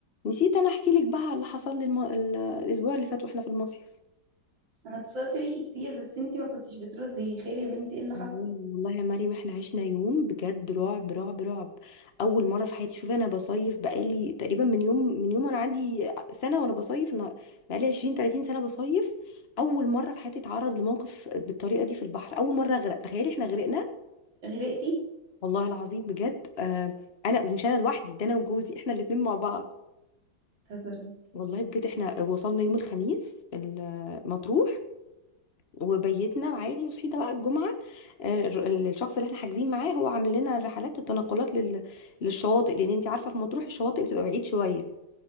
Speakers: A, on the left; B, on the right.
A: نسيت انا احكي لك بقى على اللي حصل لي الم... ال- الاسبوع اللي فات واحنا في المصيف
B: انا اتصلت بيكي كتير بس انتي ما كنتش بتردي خير يا بنتي ايه اللي حصل
A: والله والله يا مريم احنا عشنا يوم بجد رعب رعب رعب اول مره في حياتي شوفي انا بصيف بقالي تقريبا من يوم من يوم انا عندي سنه وانا بصيف انا بقالي 20 30 سنه بصيف اول مره في حياتي اتعرض لموقف بالطريقه دي في البحر اول مره اغرق تخيلي احنا غرقنا
B: غرقتي
A: والله العظيم بجد آه انا ومش انا لوحدي ده انا وجوزي احنا الاتنين مع بعض
B: بتهزري
A: والله بجد احنا وصلنا يوم الخميس ال- مطروح وبيتنا عادي وصحينا بقى الجمعة آه، ال- الشخص اللي احنا حاجزين معاه هو عامل لنا رحلات التنقلات لل... للشواطئ لأن انت عارفة في مطروح الشواطئ بتبقى بعيد شوية